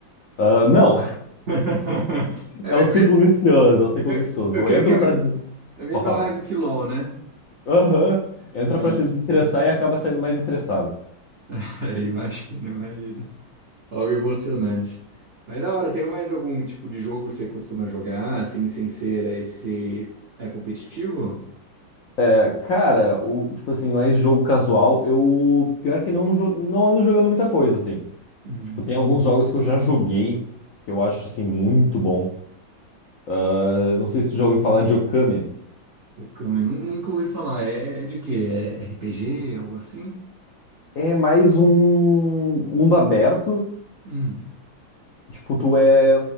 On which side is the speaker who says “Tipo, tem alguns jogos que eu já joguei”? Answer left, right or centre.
Left